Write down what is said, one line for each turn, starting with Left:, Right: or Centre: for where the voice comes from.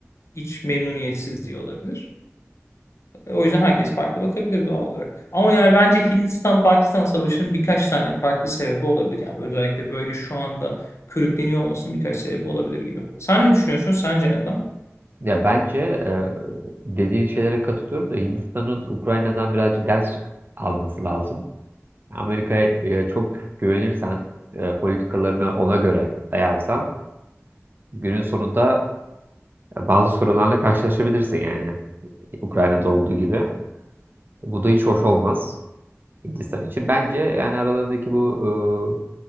Left: iç memnuniyetsizliği olabilir. O yüzden herkes farklı bakabilir doğal olarak. Ama yani bence Hindistan-Pakistan Savaşı'nın birkaç tane farklı sebebi olabilir. Yani özellikle böyle şu anda körükleniyor olmasının birkaç sebebi olabilir gibi. Sen ne düşünüyorsun? Sence neden?
Right: Ya bence e, dediğin şeylere katılıyorum da Hindistan'ın Ukrayna'dan birazcık ders çık- alması lazım. Amerika'ya çok güvenirsen, e, politikalarını ona göre dayarsan günün sonunda bazı sorunlarla karşılaşabilirsin yani Ukrayna'da olduğu gibi. Bu da hiç hoş olmaz Hindistan için. Bence yani aralarındaki bu